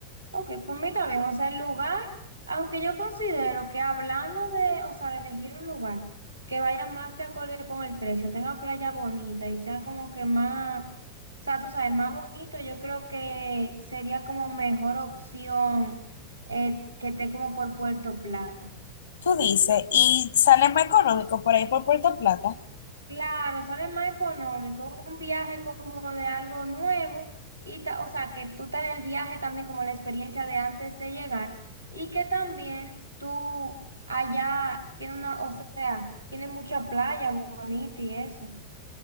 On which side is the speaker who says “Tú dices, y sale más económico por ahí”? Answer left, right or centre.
Left